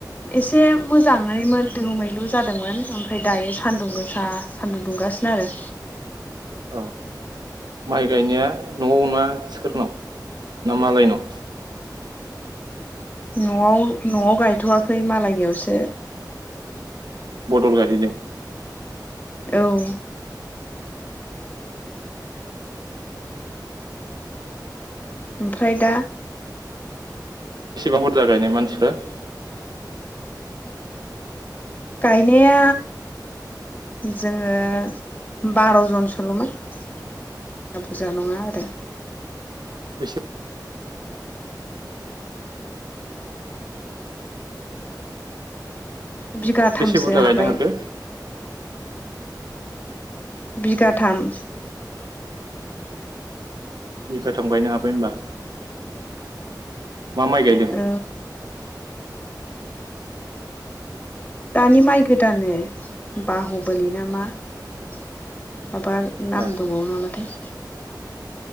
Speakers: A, on the left; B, on the right.
A: एसे मोजाङैमोन दोमैलु जादोंमोन। ओमफ्राय दायो सान्दुं गोसा सानदुं दुंगासिनो आरो
B: औ! माइ गायनाया न'आव ना सोरनाव ना मालायनाव?
A: न'आव न'आव गायथ'वाखै मालायनियावसो।
B: बदल गायहैदों?
A: औ‌। ओमफ्राय दा
B: बिसिबां बुरजा गायनाय मानसिफोर?
A: गायनाया जोङो बार जनसोलमोन बारा बुरजा नङा आरो
B: बेसे
A: बिगाथामसो
B: बेसे बुरजा
A: हाबाय
B: गायनो हाखो?
A: बिगाथाम
B: बिगाथाम गायनो हाबाय होमबा। मा माइ गायदों?
A: ओ दानि माइ गोदानो बाहबोलि नामा माबा नाम
B: ए
A: दंबावो नामाथाय